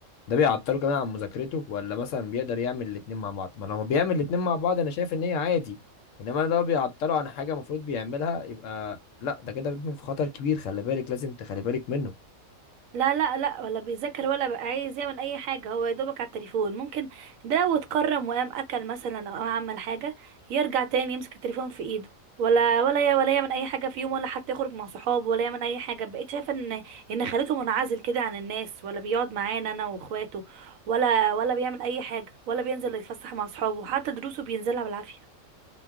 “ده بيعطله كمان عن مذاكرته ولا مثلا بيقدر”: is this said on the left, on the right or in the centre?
Left